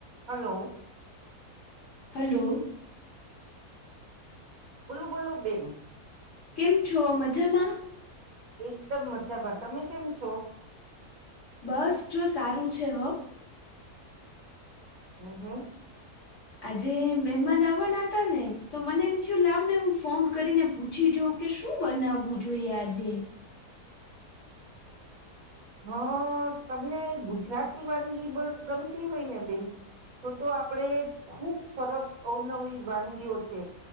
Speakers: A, on the right (about 65°); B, on the left (about 50°).
A: હાલો.
B: Hello.
A: બોલો બોલો બેન.
B: કેમ છો મજમાં?
A: એકદમ મજામાં તમે કેમ છો?
B: બસ જો સારું છે હો.
A: <inaudible>
B: આજે મહેમાન આવવાના હતા ને તો મને એમ થય લાવ ને હું ફોન કરીને પૂછી જોવ કે શું બનાવવું જોઈએ આજે
A: હ તમને ગુજરાતી વાનગી ગમતી હોય ને બેન તો તો આપણેે ખુબ સરસ અવનવી વાનગીઓ છે.